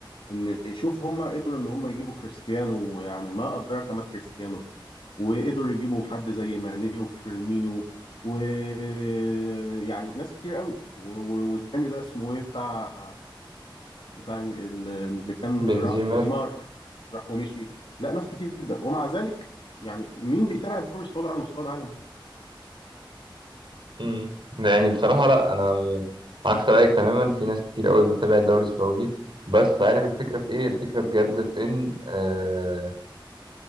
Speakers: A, on the left; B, on the right.
A: ان يشوف هم قدروا ان هم يجيبوا كريستيانو يعني ما ادراك ما كريستيانو وقدروا يجيبوا حد زي ماني وفيرمينو ويعني ناس كتير قوي و- و- والتاني ده اسمه ايه بتاع بتاع ال- اللي كان
B: بنزيما
A: راح نيمار راح ومشي لا ناس كتير جدا ومع ذلك يعني مين بيتابع الدوري السعودي على مستوى العالم
B: امم يعني بصراحه لا انا عكس رايك تماما في ناس كتير قوي بتتابع الدوري السعودي بس عارف الفكره في ايه الفكره بجد في ان آه